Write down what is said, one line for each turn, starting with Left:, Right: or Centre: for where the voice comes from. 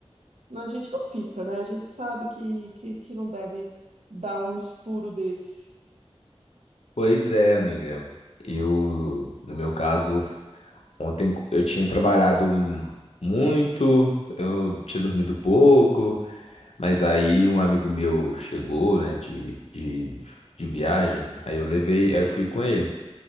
Right: não, a gente não fica, né, a gente sabe que, que, que não deve dar uns furos desse.
Left: Pois é, amiga. Eu, no meu caso, Ontem eu tinha trabalhado muito, eu tinha dormido pouco, mas aí um amigo meu chegou, né, de, de, de viagem, aí eu levei, aí eu fui com ele.